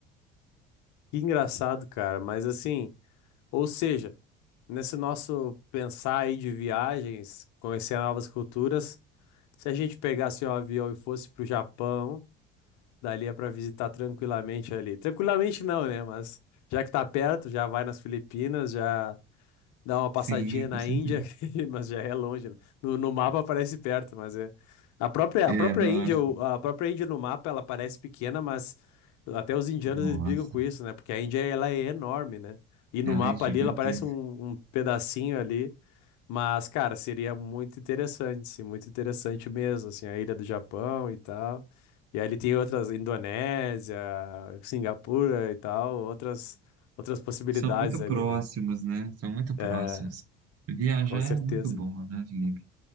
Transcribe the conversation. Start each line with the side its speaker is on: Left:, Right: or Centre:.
Left: que engraçado, cara. Mas assim, ou seja, nesse nosso pensar aí de viagens, conhecer novas culturas, se a gente pegasse um avião e fosse pro Japão, dali é pra visitar tranquilamente ali. Tranquilamente não, né? Mas já que tá perto, já vai nas Filipinas, já. dar uma passadinha
Right: Sim,
Left: na
Right: com certeza.
Left: Índia, <laughs> mas já é longe, né? No, no mapa parece perto, mas é. A própria,
Right: É,
Left: a própria
Right: não
Left: Índia,
Right: é?
Left: o- a própria Índia no mapa, ela parece pequena, mas até os indianos
Right: Nossa,
Left: eles brigam com isso, né? Porque a Índia, ela é enorme, né? E no
Right: ela
Left: mapa
Right: é gigantesca.
Left: ali, ela parece um, um pedacinho ali, mas, cara, seria muito interessante, sim, muito interessante mesmo, assim, a ilha do Japão e tal. E aí ele tem outras, Indonésia, Singapura e tal, outras, outras possibilidades
Right: São muito
Left: ali,
Right: próximos,
Left: né?
Right: né? São muito
Left: É,
Right: próximos. Viajar
Left: Com certeza.
Right: é muito bom, né, Felipe?